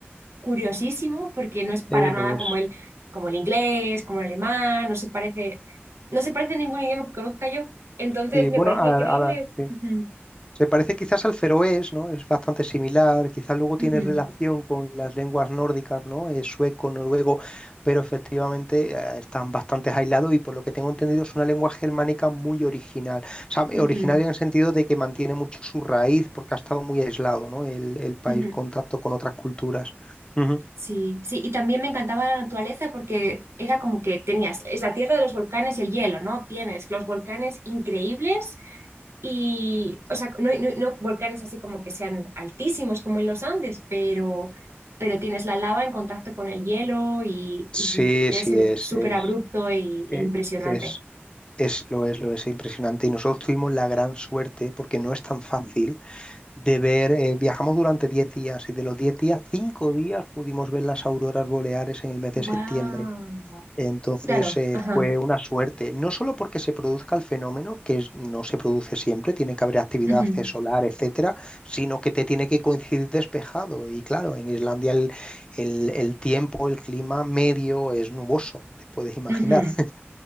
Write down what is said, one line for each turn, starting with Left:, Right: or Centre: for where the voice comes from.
Right: curiosísimo porque no es para
Left: Eh,
Right: nada
Left: lo es.
Right: como el, como el inglés, como el alemán, no se parece, no se parece a ningún idioma que conozca yo. Entonces
Left: Sí,
Right: me
Left: bueno,
Right: parece
Left: a,
Right: increíble.
Left: a la- sí.
Right: Ujú,
Left: Se parece quizás al feroés, ¿no? Es bastante similar, quizás luego tiene
Right: ujú,
Left: relación con las lenguas nórdicas, ¿no? Eh, sueco, noruego, pero efectivamente eh, están bastante aislados y por lo que tengo entendido es una lengua germánica muy original. O sea,
Right: ujú,
Left: originaria en el sentido de que mantiene mucho su raíz porque ha estado muy aislado, ¿no? El, el país,
Right: ujú.
Left: contacto con otras culturas. Ujú.
Right: Sí, sí, y también me encantaba la naturaleza porque era como que tenías, es la tierra de los volcanes y el hielo, ¿no? Tienes los volcanes increíbles y, o sea, no, no, no volcanes así como que sean altísimos como en los Andes, pero, pero tienes la lava en contacto con el hielo y,
Left: Sí,
Right: y debe
Left: sí,
Right: ser
Left: es,
Right: súper
Left: es,
Right: abrupto y-
Left: e-
Right: e, impresionante.
Left: es, es, lo es, lo es, impresionante. Y nosotros tuvimos la gran suerte, porque no es tan fácil, de ver, eh, viajamos durante 10 días y de los 10 días, 5 días pudimos ver las auroras boreales en el mes de
Right: Wow.
Left: septiembre. Entonces
Right: Claro,
Left: eh,
Right: ajá.
Left: fue una suerte, no solo porque se produzca el fenómeno, que es- no se produce siempre, tiene que haber actividad
Right: ujú,
Left: eh, solar, etcétera, sino que te tiene que coincidir despejado. Y claro, en Islandia el, el, el tiempo, el clima medio es nuboso, te puedes imaginar.
Right: ujú.
Left: <laughs>